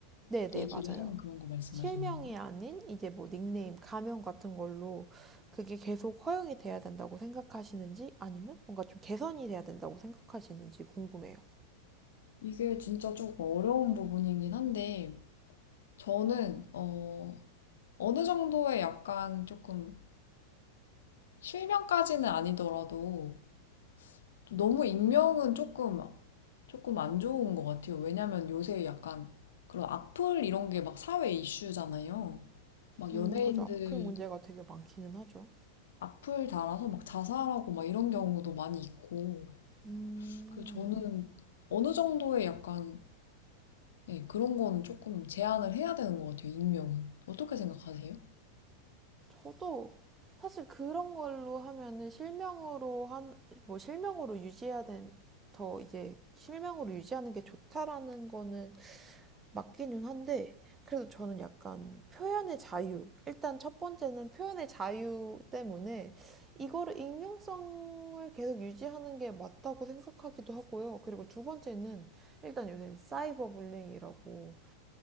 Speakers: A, on the right; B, on the left.
A: 네네,
B: 얘기를
A: 맞아요.
B: 하는 그런 거 말씀하시는
A: 실명이
B: 거예요?
A: 아닌 이제 뭐 닉네임, 가명 같은 걸로 그게 계속 허용이 돼야 된다고 생각하시는지 아니면 뭔가 좀 개선이 돼야 된다고 생각하시는지 궁금해요.
B: 이게 진짜 조금 어려운 부분이긴 한데 저는 어, 어느 정도의 약간 조금 실명까지는 아니더라도 좀 너무 익명은 조금 조금 안 좋은 것 같아요. 왜냐면 요새 약간 그런 악플 이런 게 막 사회 이슈잖아요. 막 연예인들
A: 음, 그죠. 으플 문제가 되게 많기는 하죠.
B: 악플 달아서 막 자살하고 막 이런 경우도 많이 있고.
A: 음,
B: 그래서 저는 어느 정도의 약간 예, 그런 거는 조금 제한을 해야 되는 것 같아요, 익명은. 어떻게 생각하세요?
A: 저도 사실 그런 걸로 하면은 실명으로 한, 뭐 실명으로 유지해야 된, 더 이제 실명으로 유지하는 게 좋다라는 거는 맞기는 한데, 그래도 저는 약간 표현의 자유. 일단 첫 번째는 표현의 자유 때문에 이거를 익명성을 계속 유지하는 게 맞다고 생각하기도 하고요. 그리고 두 번째는 일단 요새 사이버 불링이라고